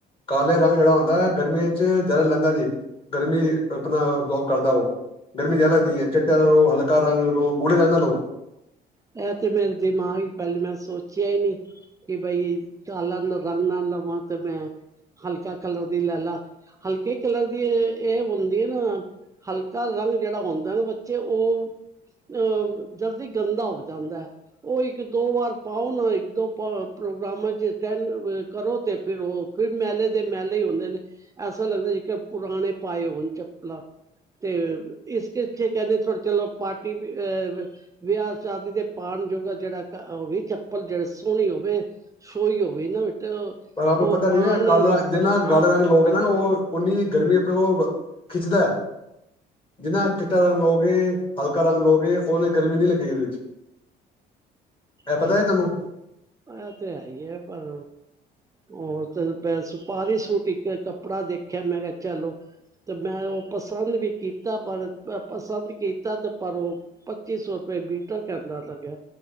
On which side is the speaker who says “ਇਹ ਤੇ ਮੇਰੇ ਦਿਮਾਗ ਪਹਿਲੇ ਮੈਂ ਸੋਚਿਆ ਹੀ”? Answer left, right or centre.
Right